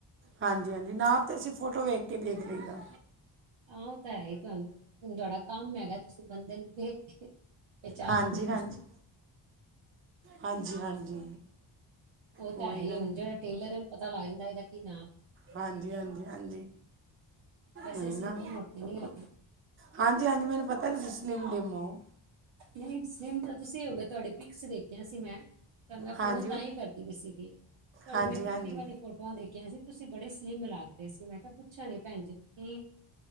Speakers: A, on the right; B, on the right.
A: ਹਾਂਜੀ- ਹਾਂਜੀ ਨਾਪ ਤੇ ਅਸੀਂ ਫੋਟੋ ਵੇਖ ਕੇ ਦੇਖ ਲਈ ਦਾ
B: ਆ ਓ ਤਾਂ ਹੈ ਹੀ ਤੁਹਾਨੂੰ ਹੁਣ ਤੁਹਾਡਾ ਕੰਮ ਹੈਗਾ ਤੁਸੀਂ ਬੰਦੇ ਨੂੰ ਵੇਖ ਕੇ <inaudible> <unintelligible>
A: ਹਾਂਜੀ ਹਾਂਜੀ ਹਾਂਜੀ- ਹਾਂਜੀ।
B: ਉ
A: ਉਹੀ
B: ਤਾਂ ਹੈ
A: ਨਾ
B: ਈ ਏ ਹੁਣ ਜਿਹੜਾ ਟੇਲਰ ਏ ੳਨੂੰ ਪਤਾ ਲੱਗ ਜਾਂਦਾ ਇਹਦਾ ਕੀ ਨਾਪ
A: ਹਾਂਜੀ- ਹਾਂਜੀ- ਹਾਂਜੀ।
B: ਵੈਸੇ
A: ਉਹੀ
B: ਅਸੀਂ
A: ਨਾ
B: ਇਦੇ ਮੋਟੇ ਨੀ ਹੈਗੇ।
A: ਹਾਂਜੀ- ਹਾਂਜੀ ਮੈਨੂੰ ਪਤਾ ਤੁਸੀਂ ਸਲਿਮ ਡਿਮ ਓ।
B: ਨਹੀਂ ਸਲਿਮ ਤਾਂ ਤੁਸੀਂ ਹੋ ਗੇ ਤੁਹਾਡੇ ਪਿਕਸ ਵੇਖਿਆ ਸੀ ਮੈਂ ਤੁਹਾਨੂੰ ਮੈਂ
A: ਹਾਂਜੀ
B: ਫੋਨ ਤਾਂ ਈ ਕਰਦੀ ਵੀ ਸੀਗੀ ਤੁਹਾਡੀ
A: ਹਾਂਜੀ
B: ਮੈਂ ਕਿੱਟੀ
A: ਹਾਂਜੀ
B: ਵਾਲੀ ਫੋਟੋਆਂ ਦੇਖੀਆਂ ਸੀ ਤੁਸੀਂ ਬੜੇ ਸਲਿਮ ਲੱਗ ਰੇ ਸੀ ਮੈਂ ਕਿਆ ਪੁੱਛਾਂਗੀ ਭੈਣ ਜੀ ਨੂੰ ਕੀ